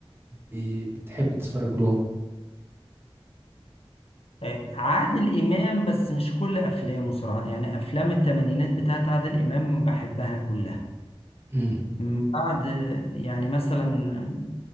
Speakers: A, on the right (about 25°); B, on the left (about 70°).
A: بي... بتحب تتفرج لهم
B: آه، عادل إمام بس مش كل أفلامه صراحة يعني أفلام التمانينات بتاعت عادل إمام بحبها كلها
A: امم
B: من بعد آه، يعني مثلا